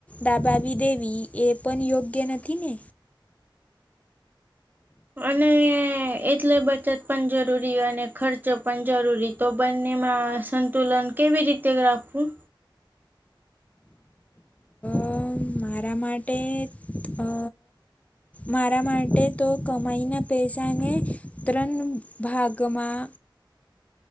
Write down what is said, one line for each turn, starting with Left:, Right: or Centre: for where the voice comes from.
Left: દાબાવી દેવી એ પણ યોગ્ય નથી ને.
Right: અને એટલે બચત પણ જરૂરી અને ખર્ચો પણ જરૂરી તો બંનેમાં સંતુલન કેવી રીતે રાખવું?
Left: અ મારા માટે તો મારા માટે તો કમાઈના પૈસાને ત્રણ ભાગમાં